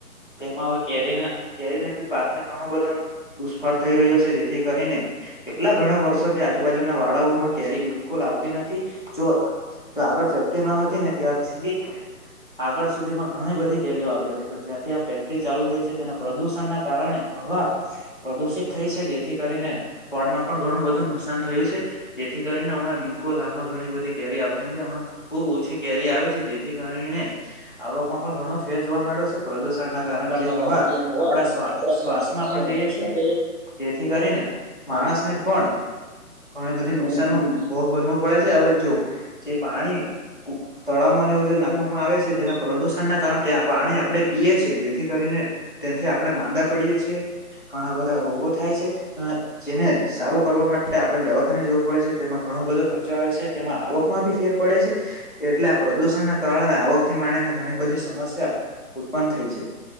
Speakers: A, on the left (about 35°); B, on the right (about 55°).
A: તેમાં હવે કેરીને કેરીને બી પાકને ઘણો બધો દુષ્ફળ થઈ રહ્યો છે જેથી કરીને કેટલા ઘણા વર્ષો થી આજુબાજુના વાળાઓમાં કેરી બી કુલ આવતી નથી જો આગળ ફેક્ટરી ન હતી ને ત્યાાર સુધી આગળ સુધી માં ઘણી બધી કેરીઓ આવતી હતી પણ જંથી ચાલુ થાય છે તેના પ્રદુષણના કારણે હવા દુષિત થઈ છે જેથી કરીને ફળમાં પણ ઘણું બધું નુકસાન થયું છે. જેથી કરીને હમણાં બિલકુલ હાલમાં ઘણી બધી કેરી આવતી નથી હમણાં ખુબ ઓછી કેરી આવે છે જેથી કરી કારણે આવકમાં પણ ઘણો ફેર જોવા મળ્યો છે પ્રદૂષણ કારણ જે
B: ના
A: હવા
B: કારણ જે હવા
A: આપડા
B: આપણા
A: શ્વાસમાં
B: શ્વા
A: પણ
B: શ્વાસને
A: જઈએ છે.
B: પણ
A: જેથી કરીને માણસને પણ ઘણી બધી ન નુકસાન
B: ઘણું બધું
A: નો ભોગ બનવો પડે છે હવે જો જે પાણી તળાવ ને
B: નુકસાન
A: એવું જે નાખવામાં આવે છે જેના પ્રદુષણ ના કારણે પાણી આપડણે પીએ છ છે જેથી કરીને તેથી આપણે માંદા પડીએ છીએ. ઘણા બધા રોગો થાય છે જેને સારું કરવાવામાં આપણે દવાખાને જવું પડે છે તેમાં ઘણો બધો ખર્ચો આવે છે તેમાં આવકમાં બી ફેર પડે છે. એટલે આ પ્રદૂષણને કારણે આવક થી માણીને ઘણી બધી સમસ્યા ઉત્પન્ થઈ છે.